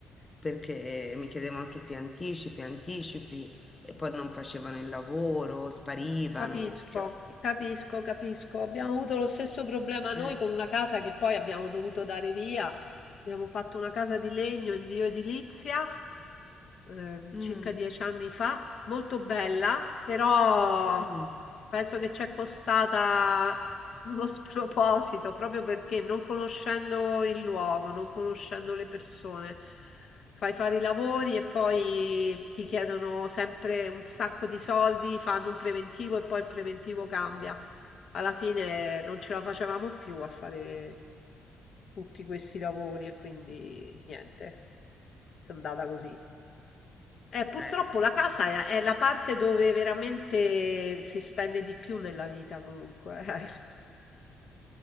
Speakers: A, on the left; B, on the left.
A: perché mi chiedevano tutti anticipi, anticipi e poi non facevano il lavoro, sparivano,
B: Capisco,
A: cioè, non
B: capisco,
A: ti dico.
B: capisco. Abbiamo avuto lo stesso problema noi
A: Eh,
B: con una casa che poi abbiamo dovuto dare via. Abbiamo fatto una casa di legno in bioedilizia ehm,
A: mm,
B: circa dieci anni fa, molto bella, però
A: mm,
B: penso che ci è costata uno <laughs> sproposito proprio perché non conoscendo il luogo, non conoscendo le persone, fai fare i lavori e poi ti chiedono sempre un sacco di soldi, fanno un preventivo e poi il preventivo cambia. Alla fine non ce
A: mm,
B: la facevamo più a fare tutti questi lavori e quindi niente, è andata così. Eh, purtroppo
A: eh.
B: la casa è, è la parte dove veramente si spende di più nella vita, comunque. <laughs>